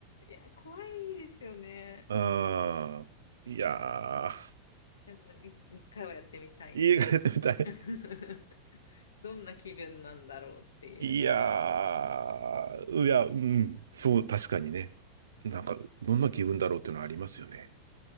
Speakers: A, on the left (about 70°); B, on the right (about 65°).
A: いや、怖いですよね。
B: うーん。いやー、
A: でも、い一回はやってみたいっていう。
B: 家帰ってみたい。
A: <laughs> どんな気分なんだろうっていうので。
B: いやー、いや、うん、そう、確かにね。なんか、どんな気分だろうっていうのはありますよね。